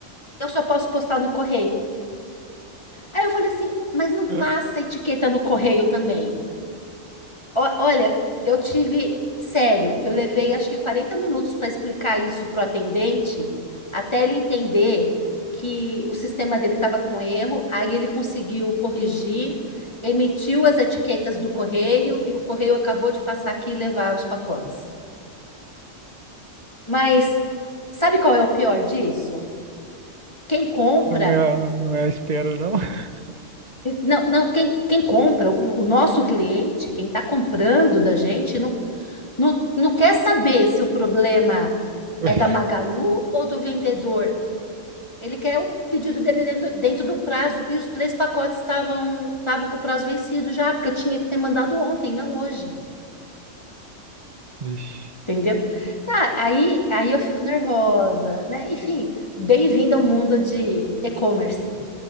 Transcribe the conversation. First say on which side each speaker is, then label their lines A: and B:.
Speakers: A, on the left; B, on the right.
A: eu só posso postar no correio. Aí eu falei assim, mas não passa
B: Ah,
A: a etiqueta no correio também. O- Olha, eu tive, sério, eu levei acho que 40 minutos para explicar isso para o atendente, até ele entender que o sistema dele estava com erro, aí ele conseguiu corrigir, emitiu as etiquetas do correio e o correio acabou de passar aqui e levar os pacotes. Mas sabe qual é o pior disso? Quem compra,
B: Não é, a- não é a espera, não. <laughs>
A: não, não, quem, quem compra, o, o nosso cliente, quem está comprando da gente, não Não, não quer saber se o problema
B: Pois,
A: é da Magalu ou do vendedor. Ele quer o pedido dele dentro, dentro do prazo. E os três pacotes estavam estavam com o prazo vencido já, porque eu tinha que ter mandado ontem, não hoje.
B: Vixe.
A: Entendeu? Ah, aí, aí eu fico nervosa, né? Enfim, bem-vindo ao mundo de e-commerce.